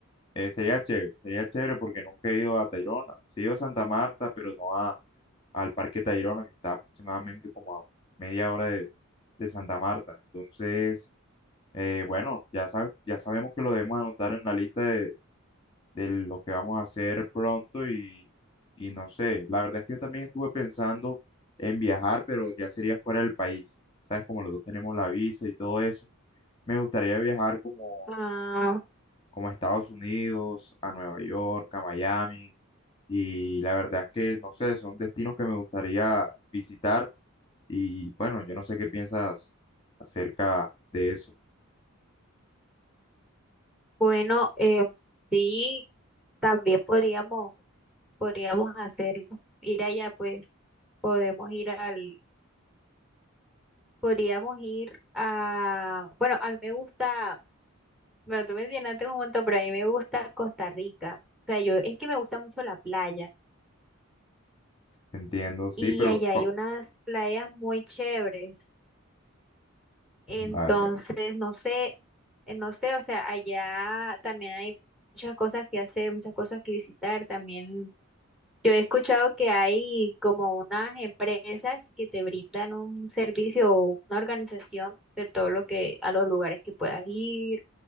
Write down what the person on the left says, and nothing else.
eh, sería chévere, sería chévere porque nunca he ido a Tayrona, sí he ido a Santa Marta, pero no a, al Parque Tayrona, que está aproximadamente como a media hora de, de Santa Marta, entonces... Eh, bueno, ya sabes, ya sabemos que lo debemos anotar en la lista de, de lo que vamos a hacer pronto y, y no sé, la verdad es que yo también estuve pensando en viajar, pero ya sería fuera del país. Sabes, como los dos tenemos la visa y todo eso, me gustaría viajar como,
como a Estados Unidos, a Nueva York, a Miami y la verdad es que, no sé, son destinos que me gustaría visitar y bueno, yo no sé qué piensas acerca de eso.
Entiendo, sí,
pero...
co-
Vale,